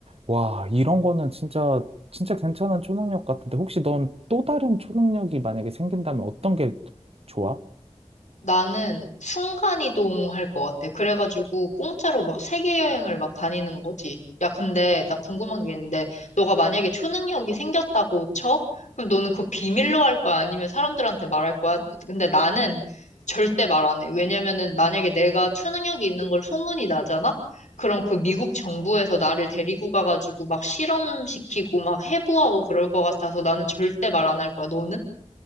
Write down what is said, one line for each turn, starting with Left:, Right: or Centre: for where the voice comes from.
Right: 와, 이런 거는 진짜, 진짜 괜찮은 초능력 같은데, 혹시 넌 또 다른 초능력이 만약에 생긴다면 어떤 게 좋아?
Left: 나는 순간이동 할 것 같아. 그래가지고 공짜로 막 세계 여행을 막 다니는 거지. 야, 근데 나 궁금한 게 있는데, 너가 만약에 초능력이 생겼다고 쳐? 그럼 너는 그거 비밀로 할 거야? 아니면 사람들한테 말할 거야? 근데 나는 절대 말 안 해. 왜냐면은 만약에 내가 초능력이 있는 걸 소문이 나잖아? 그럼 그 미국 정부에서 나를 데리고 가가지고 막 실험시키고 막 해부하고 그럴 것 같아서 나는 절대 말 안 할 거야. 너는?